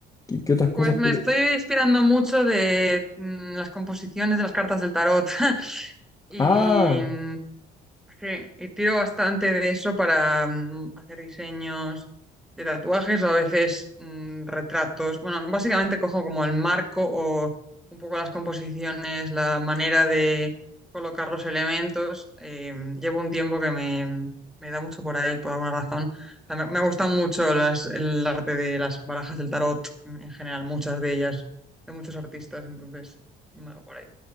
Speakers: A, on the left (about 20°); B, in the centre.
A: qué, qué otras cosas
B: Pues me
A: quieres?
B: estoy inspirando mucho de mm, las composiciones de las cartas del tarot. <laughs> Y,
A: Ah,
B: mm, Sí, y tiro bastante de eso para mm, hacer diseños de tatuajes o a veces mm, retratos. Bueno, básicamente cojo como el marco o un poco las composiciones, la manera de colocar los elementos. Eh, llevo un tiempo que me, me da mucho por ahí, por alguna razón. O sea, me, me gustan mucho las, el arte de las barajas del tarot, en general, muchas de ellas, de muchos artistas, entonces, me va por ahí.